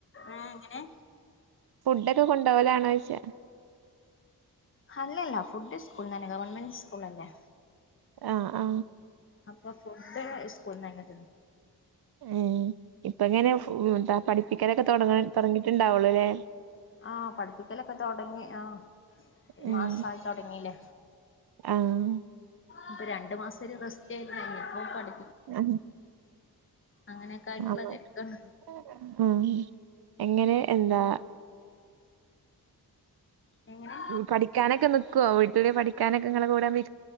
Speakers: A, on the left; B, on the right.
A: ഏഹ് എങ്ങനെ
B: ഫുഡൊക്കെ കൊണ്ടപോലാണോ ചോച്ചാ
A: അല്ലല്ല ഫുഡ് സ്കൂൾ നന്നെ ഗവൺമെന്റ് സ്കൂൾ അല്ലെ
B: ആ ആ
A: അപ്പോ ഫുഡ് സ്കൂളന്ന അങ്ങ തന്നെ
B: എ ഇപ്പങ്ങനെ ന്ത പഠിപ്പിക്കാനൊക്കെട തുടങ്ങിട്ടുണ്ടാവുള്ളൂ ല്ലേ
A: ആ പഠിപ്പിക്കലൊക്കെ തുടങ്ങി ആ ഒരു
B: ഉം
A: മാസമായിത്തൊടങ്ങീല്ലേ
B: ആഹ്
A: ഇപ്പൊ രണ്ടു മാസ ഒരു റെസ്റ്റ് <unintelligible> ഇപ്പം പഠി
B: ആ
A: അങ്ങനെയൊക്കെ ആയിട്ടുള്ള
B: പ്പം
A: തെരക്കാണ്
B: ആ എങ്ങനെ എന്താ
A: എങ്ങനെ
B: പഠിക്കാനൊക്കെ നിക്കുവോ വീട്ടില്ിൽ പഠിക്കാനൊക്കെ നിങ്ങെ കൂടെ നി